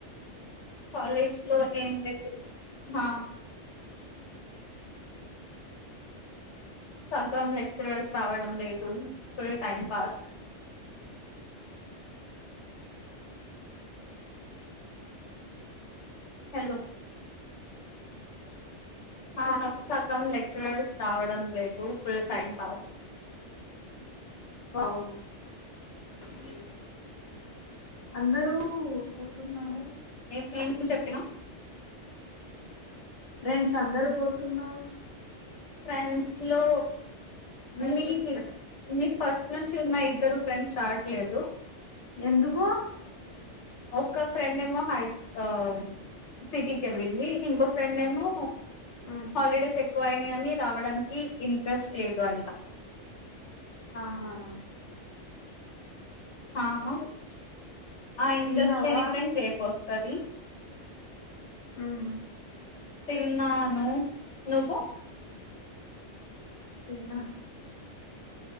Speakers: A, on the left; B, on the left.
A: కాలేజ్ లో ఏం లేదు మా సగం లెక్చరర్స్ రావడం లేదు ఫుల్ టైం పాస్ హలో ఆ సగం లెక్చరర్స్ రావడం లేదు ఫుల్ టైమ్ పాస్
B: అవు
A: ఇంగ్లీష్
B: అందరూ పొతున్నావు
A: ఏ ఏమి చెప్పినా
B: ఫ్రెండ్స్ అందరు పోతున్నావుస్
A: ఫ్రెండ్స్ లో మ్మీ మీ ఫస్ట్ నుంచి ఉన్నాయిద్దరు, ఫ్రెండ్ స్టార్ట్లేద్దు.
B: ఎందుకు ప్చ్
A: ఒక్క ఫ్రెండ్ ఏమో, హై ఆమ్ మ్మ్ సిటీకి వెళ్ళింది. ఇంకో ఫ్రెండ్ ఏమో
B: ఉమ్
A: హాలిడేస్ ఎక్ ఎక్కువయినాయి, అని రావడన్ చి ఇంట్రెస్ట్ లేదు. అంట
B: ఆహా ఆ
A: ఆహ ప్చ్ ఆ ఇంట్రెస్ట్
B: తిన్నావా
A: లేని, ఫ్రెం రేపోస్ కదిన్
B: ఉహూ
A: తిన్నాను. నువ్వు
B: ప్చ్ తిన్నా